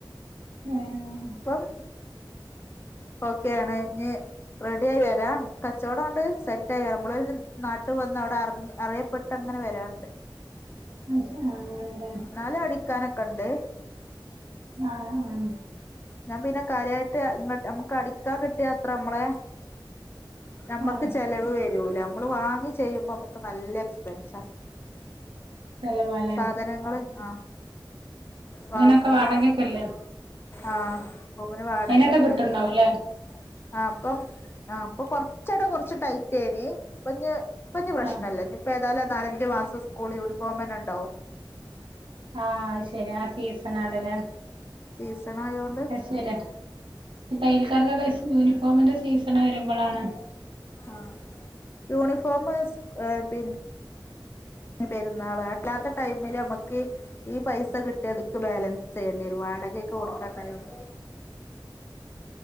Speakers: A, on the right; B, on the left.
A: ഏഹ്
B: ഇപ്പം ഓക്കെയാണ് ഇഞ്ഞി റെഡിയായി വെരാൻണ്ട് കച്ചോടോണ്ട് സെറ്റ് ആയി നമ്മളൊരു നാട്ട് ട്ട് വന്ന് അവിടെ അറിഞ്ഞ് അവിടെ അറിയപ്പെട്ട് അങ്ങനെ വരാണ്ട്
A: <unintelligible> അങ്ങനെല്ലേ
B: എന്നാലും അടിക്കാനൊക്കെണ്ട്
A: ആഹ് ആഹ്
B: ഞാൻ പിന്നെ കാര്യായിട്ട് ഇങ്ങട്ട് അമ്മക് ക്കടിക്കാൻ കിട്ടിയത്രേ നമ്മളെ നമ്മക്ക്
A: ആഹ്
B: ചെലവ് വെരൂല നമ്മള് വാങ്ങി ചെയ്യുമ്പോ നമ്മക്ക് നല്ല എക്സ്പെൻസാ
A: നല്ല <unintelligible>
B: സാധനങ്ങള് ആഹ് വാങ്ങുമ്പോ
A: റൂമിനൊക്കെ വാടകക്കെല്ലേ
B: ആഹ് റൂമിന് വാടക
A: അയിനൊക്കെ
B: ഇണ്ട്
A: കിട്ടുണ്ടാവൂല്ലേ
B: ഇതിന് ആഹ് ഇപ്പം ആഹ് ഇപ്പം കൊറച്ചെടെ കൊറച്ച് ടൈറ്റേനി ഇപ്പഞ്ഞി ഇപ്പഞ്ഞി പ്രശ്നല്ല
A: ആഹ്
B: ഇനിപ്പ് ഇപ്പേതായാലും നാലഞ്ച് മാസം സ്കൂൾ യൂണിഫോം തന്നെ ഇണ്ടാവും
A: ആഹ് അത് ശരിയാ ആഹ് സീസൺ ആണല്ലേ
B: സീസൺ ആയോണ്ട്
A: അത് ശരിയാ ഈ തയ്യൽക്കാർക്കൊക്കെ സ് യൂണിഫോമിന്റെ സീസണ് വരുമ്പളാണ്
B: ആഹ് യൂണിഫോമ് സ് ക് പിൻ പെരുന്നാള് അല്ലാത്ത ടൈമില് നമ്മക്ക് ഈ പൈസ കിട്ടി അത്ക്ക് ബാലൻസ് ചെയ്യേണ്ടി വരും വാടകെക്കെ കൊടുക്കാണ്ടായോണ്ട്